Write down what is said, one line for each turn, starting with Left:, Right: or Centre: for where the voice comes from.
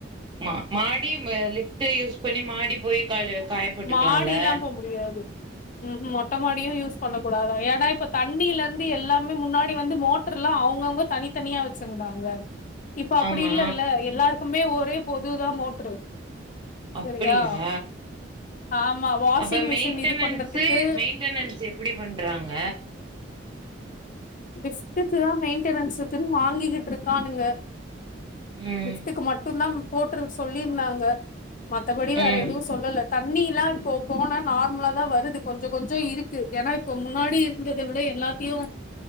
Right: மா மாடி ம லிஃப்ட்டு யூஸ் பண்ணி மாடி போய் காளு காயப்போட்டுக்கலால்ல
Left: மாடில்லா போ முடியாது ம் ஹ்ம் மொட்ட மாடியு யூஸ் பண்ணக் கூடாதா ஏ ன்னா இப்ப தண்ணியிலருந்து எல்லாமே முன்னாடி வந்து மோட்ருல்லா அவுங்கவுங்க தனித்தனியா வச்சிருந்தாங்க இப்போ அப்டி
Right: ஆமா
Left: இல்லல்ல எல்லாருக்குமே ஒரே பொதூதா மோட்ரு
Right: அப்படியா
Left: சரியா ஆமா வாஷிங்
Right: அப்ப
Left: மிஷின்
Right: மெயின்டனன்ஸு
Left: இது பண்றதுக்கு
Right: மெயின்டனன்ஸ் எப்டி பண்றாங்க
Left: லிஃப்ட்டுக்குதா மெயின்டனன்ஸு <unintelligible> வாங்கிக்கிட்ருக்கானுங்க
Right: ம்
Left: லிஃப்டுக்கு மட்டுந்தா கூட்றக் சொல்லியிருந்தாங்க மத்தப்படி வேற
Right: ம்
Left: எதுவு சொல்லல தண்ணியில்லா இப்போ போன நார்ம்லாதா வருது கொஞ்சக் கொஞ்சொ இருக்கு ஏன்னா இப்ப முன்னாடி இருந்தத விட இ எல்லாத்தையு